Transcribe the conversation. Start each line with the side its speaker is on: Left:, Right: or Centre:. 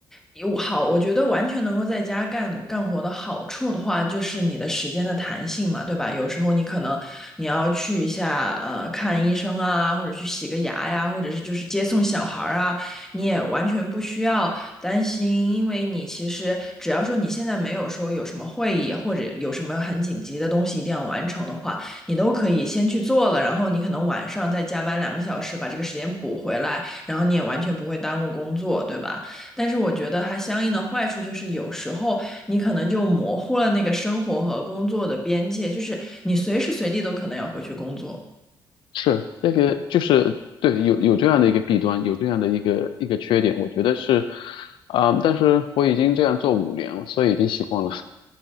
Centre: 有好，我觉得完全能够在家干干活的好处的话，就是你的时间的弹性嘛，对吧？有时候你可能你要去一下，呃，看医生啊，或者去洗个牙呀，或者是就是接送小孩儿啊，你也完全不需要担心，因为你其实只要说你现在没有说有什么会议或者有什么很紧急的东西一定要完成的话。你都可以先去做了，然后你可能晚上再加班两个小时把这个时间补回来，然后你也完全不会耽误工作，对吧？但是我觉得它相应的坏处就是有时候你可能就模糊了那个生活和工作的边界，就是你随时随地都可能要回去工作。
Left: 是那个，就是对，有有这样的一个弊端，有这样的一个一个缺点，我觉得是，啊、但是我已经这样做五年了，所以已经习惯了。